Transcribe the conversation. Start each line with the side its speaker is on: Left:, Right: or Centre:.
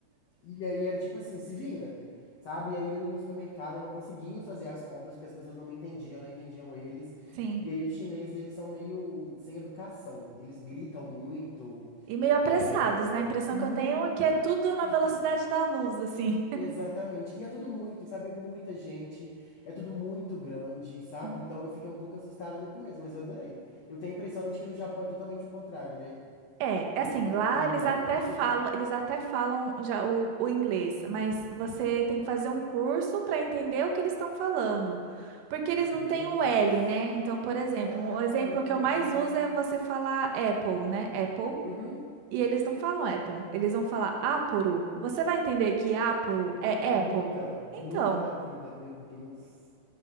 Left: E aí era tipo assim, se vira, sabe? E aí eu ia no supermercado, eu não conseguia fazer as compras porque as pessoas não me entendiam, não entendiam eles.
Right: sim.
Left: E aí os chineses, eles são meio sem educação. Eles gritam muito,
Right: E meio apressados,
Left: é,
Right: né? A impressão
Left: muito,
Right: que eu tenho é que é tudo
Left: muito.
Right: na velocidade da luz, assim.
Left: Exatamente. E é tudo muito, sabe? É muita gente, é tudo muito grande, sabe?
Right: <laughs>
Left: Então eu fiquei um pouco assustada no começo, mas eu adorei. Eu tenho a impressão de que no Japão é totalmente o contrário, né?
Right: É, é assim,
Left: Ou,
Right: lá
Left: ou não.
Right: eles até
Left: <laughs>
Right: falam, eles até falam já o, o inglês, mas você tem que fazer um curso para entender o que eles estão falando. Porque eles
Left: Meu
Right: não
Left: Deus.
Right: têm o L, né? Então, por exemplo,
Left: Ah,
Right: um exemplo
Left: entendi.
Right: que eu mais uso é você falar Apple, né? Apple.
Left: Uhum.
Right: E eles não falam Apple, eles vão falar Apple. Você vai entender que Apple é
Left: Nunca,
Right: Apple?
Left: nunca
Right: Então.
Left: na vida. Meu Deus.